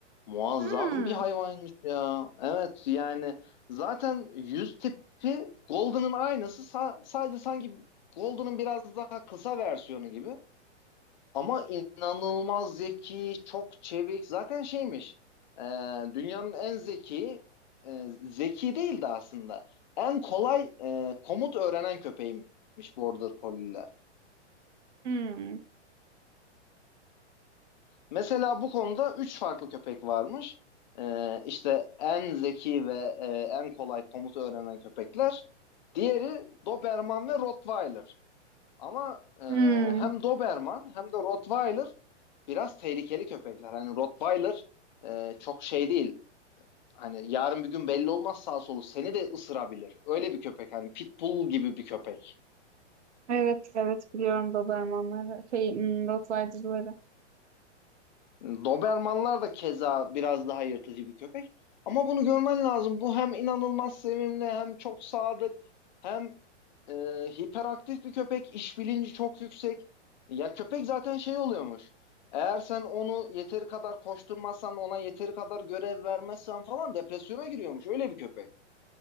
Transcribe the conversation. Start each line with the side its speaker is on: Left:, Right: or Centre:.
Left: Muazzam
Right: Hmm.
Left: bir hayvanmış ya. Evet yani zaten yüz tipi Golden'ın aynısı. Sa- sadece sanki Golden'ın biraz daha kısa versiyonu gibi. Ama inanılmaz zeki, çok çevik. Zaten şeymiş, e, dünyanın en zeki, e, zeki değildi aslında. En kolay e, komut öğrenen köpeğiymiş Border Collie'ler.
Right: Hmm.
Left: Mesela bu konuda 3 farklı köpek varmış. E, işte en zeki ve e, en kolay komut öğrenen köpekler. Diğeri Doberman ve Rottweiler. Ama e,
Right: Hmm.
Left: hem Doberman hem de Rottweiler biraz tehlikeli köpekler. Hani Rottweiler e, çok şey değil. Hani yarın bir gün belli olmaz sağ solu seni de ısırabilir. Öyle bir köpek hani pitbull gibi bir köpek.
Right: Evet, evet biliyorum Dobermanları, şey, hmm, Rottweiler'ları.
Left: Dobermanlar da keza biraz daha yırtıcı bir köpek. Ama bunu görmen lazım. Bu hem inanılmaz sevimli hem çok sadık hem e, hiperaktif bir köpek, iş bilinci çok yüksek. Ya köpek zaten şey oluyormuş. Eğer sen onu yeteri kadar koşturmazsan, ona yeteri kadar görev vermezsen falan depresyona giriyormuş. Öyle bir köpek.